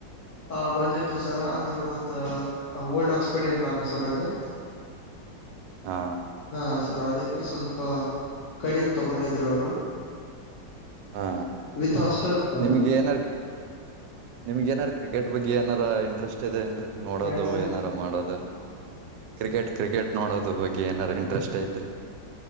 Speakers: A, on the left; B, on the right.
A: ಆಹ ಬಂದಿತ್ತು ಇ ಸರ್ ಅಂದ್ರು ಮತ್ತ ಓಲ್ಡ್ ಆಕ್ಸ್ಫರ್ಡ್ ಏನ್ ನಾನು ಸರ್ ಅಲ್ಲಿ
B: ಹಾ
A: ಹಾ ಸರ್ ಅದಕ್ಕೆ ಸ್ವಲ್ಪ ಕಡಿಮೆ ತಗೊಂಡಿದ್ರು ಅವರು
B: ಹಾ
A: ವಿತ್ ಹಾಸ್ಟೆಲ್ ಸರ್
B: ನಿಮ್ಗೆ ಏನರ್ ನಿಮ್ಗೆ ಏನಾರ್ಕ ಕ್ರಿಕೆಟ್ ಬಗ್ಗೆ ಏನಾರ ಇಂಟ್ರೆಸ್ಟ್ ಇದೆಏನ್ರರಿ ನೋಡೋದು
A: ಏನ್ ಸರ್
B: ಏನಾರ ಮಾಡೋದು ಕ್ರಿಕೆಟ್ ಕ್ರಿಕೆಟ್ ನೋಡೋದ ಬಗ್ಗೆ ಏನಾರ್ ಇಂಟ್ರೆಸ್ಟ್ ಐತ್ರಿ